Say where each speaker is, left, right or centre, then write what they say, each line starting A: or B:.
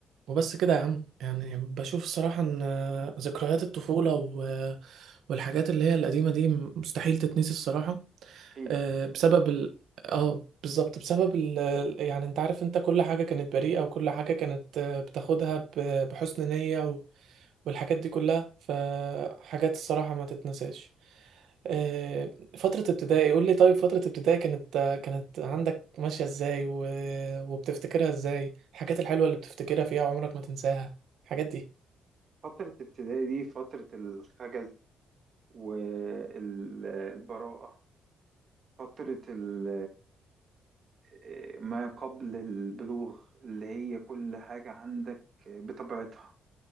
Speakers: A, on the right; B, on the right.
A: وبس كده يا عم يعني بشوف الصراحة ان ذكريات الطفولة و... والحاجات اللي هي القديمة دي مستحيل تتنسي الصراحة
B: أكيد
A: آه، بسبب ال... اه بالظبط بسبب ال... يعني انت عارف انت كل حاجة كانت بريئة وكل حاجة كانت آه، بتاخدها ب... بحسن نية و... والحاجات دي كلها فحاجات الصراحة ما تتنساش آه، فترة ابتدائي قول لي طيب فترة ابتدائي كانت كانت عندك ماشية ازاي و... وبتفتكرها ازاي الحاجات الحلوة اللي بتفتكرها فيها وعمرك ما تنساها الحاجات دي
B: فترة ابتدائي دي فترة الخجل والبراءة فترة ال- آه، ما قبل البلوغ اللي هي كل حاجة عندك بطبيعتها